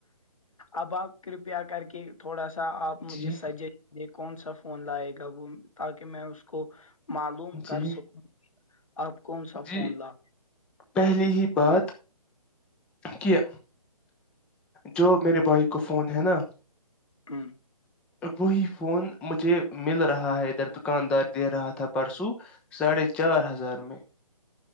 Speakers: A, on the left (about 60°); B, in the centre.
A: اب آپ کرپیا کر کے تھوڑا سا آپ مجھے
B: جی
A: سجیسٹ یہ کون سا فون لائے گا وہ تاکہ میں اس کو معلوم
B: جی
A: کر سکوں آپ کون سا
B: جی
A: فون لا
B: پہلی ہی بات کہ جو میرے بائی کو فون ہے نا
A: ہوں
B: وہی فون مجھے مل رہا ہے ادھر دکاندار دے رہا تھا پرسوں ساڑھے چار ہزار میں